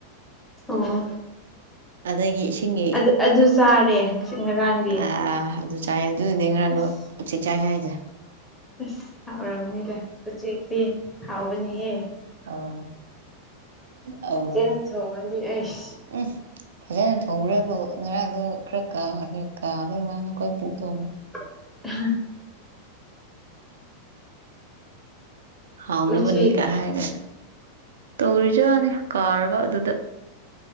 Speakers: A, in the centre; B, on the right (about 65°).
A: ꯑꯣ
B: ꯑꯗꯒꯤ ꯏꯁꯤꯡꯒꯤ
A: ꯑꯗꯨ ꯑꯗꯨ ꯆꯥꯔꯦ ꯉꯔꯥꯡꯗꯤ
B: ꯑꯥ ꯑꯗꯨ ꯆꯥꯏ ꯑꯗꯨꯗꯨꯅꯦ ꯉꯔꯥꯡꯗꯣ
A: ꯑꯁ
B: ꯎꯆꯦꯛ ꯆꯥꯏ ꯍꯥꯏꯁꯦ
A: ꯑꯁ ꯍꯥꯎꯔꯕꯅꯤꯗ ꯎꯆꯦꯛꯇꯤ ꯍꯥꯎꯕꯅꯤꯍꯦ
B: ꯑꯧ ꯑꯧ
A: ꯆꯤꯟ ꯊꯣꯡꯉꯥꯗꯤ ꯑꯥꯏꯁ
B: ꯎꯝ ꯐꯖꯅ ꯊꯣꯡꯕ꯭ꯔꯥꯕꯨ ꯉꯔꯥꯡꯗꯣ ꯈꯔ ꯀꯥ ꯈꯔ ꯀꯥꯕꯩ ꯋꯥꯅꯤ ꯑꯩꯈꯣꯏ ꯄꯨ ꯊꯣꯡꯕ
A: <unintelligible>
B: ꯍꯥꯎꯅꯕꯅꯤꯀꯥ
A: ꯎꯆꯦꯛ
B: ꯍꯥꯏꯔꯒ ꯇꯧꯔꯤꯖꯥꯠꯅꯤ ꯀꯥꯔꯕ ꯑꯗꯨꯗ